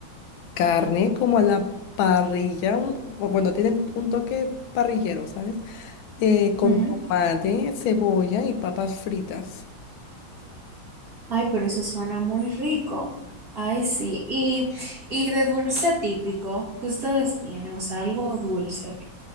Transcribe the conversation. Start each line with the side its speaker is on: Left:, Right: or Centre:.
Left: carne como a la parrilla, un- o bueno, tienen un toque parrillero, ¿sabes? Eh, con
Right: ujú.
Left: tomate, cebolla y papas fritas.
Right: Ay, pero eso suena muy rico. Ay, sí. Y, y de dulce típico que ustedes tienen, o sea, algo dulce,